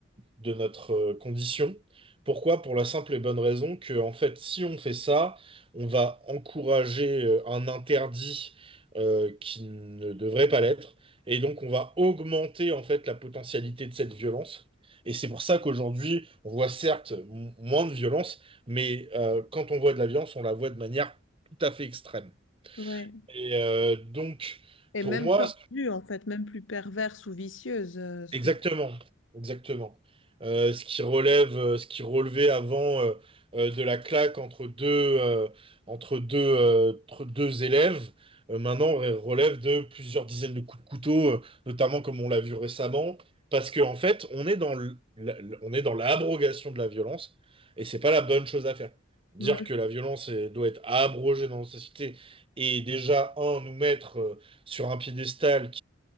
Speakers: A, on the right; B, on the left.
A: de notre euh, condition. Pourquoi? Pour la simple et bonne raison que, en fait, si on fait ça, on va encourager euh, un interdit euh, qui ne devrait pas l'être. Et donc, on va augmenter en fait la potentialité de cette violence. Et c'est pour ça qu'aujourd'hui, on voit certes m- moins de violence, mais euh, quand on voit de la violence, on la voit de manière tout à fait extrême.
B: ouais.
A: Et euh, donc,
B: Et
A: pour
B: même
A: moi,
B: tordues, en fait, même plus perverse ou vicieuse euh, souvent.
A: Exactement, exactement. Euh, ce qui relève, euh, ce qui relevait avant euh, euh, de la claque entre deux, euh, entre deux, euh, entre deux élèves, euh, maintenant re- relève de plusieurs dizaines de coups de couteau, euh, notamment comme on l'a vu récemment, parce qu'en fait, on est dans le- la- on est dans l'abrogation de la violence, et c'est pas la bonne chose à faire. Dire
B: Ouais.
A: que la violence elle, doit être abrogée dans nos sociétés et déjà, un, nous mettre euh, sur un piédestal